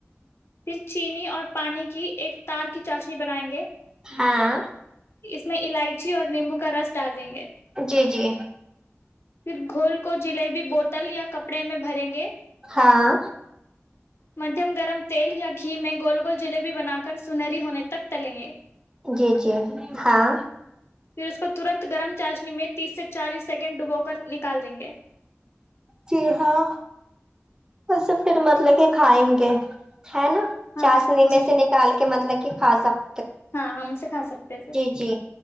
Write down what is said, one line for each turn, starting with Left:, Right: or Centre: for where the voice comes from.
Left: پھر چینی اور پانی کی ایک تار کی چاشنی بنائیں گے
Right: ہاں
Left: اس میں الائچی اور نیمبو کا رس ڈال دیں گے
Right: جی جی
Left: پھر گھول کو جلیبی بوتل یا کپڑے میں بھریں گے
Right: ہاں
Left: مدھیم گرم تیل یا گھی میں گول گول جلیبی بنا کر سنہری ہونے تک تلیں گے
Right: جی جی ہاں
Left: پھر اس کو ترنت گرم چاشنی میں تیس سے چالیس سیکنڈ ڈبو کر نکال دیں گے
Right: چی ہاں کل سے پھر مطلب کے کھائیں گے ہے نا
Left: ہاں
Right: چاشنی میں
Left: جی
Right: سے نکال کے مطلب کہ کھا سک
Left: ہاں ہم اسے کھا سکتے ہیں پھر
Right: جی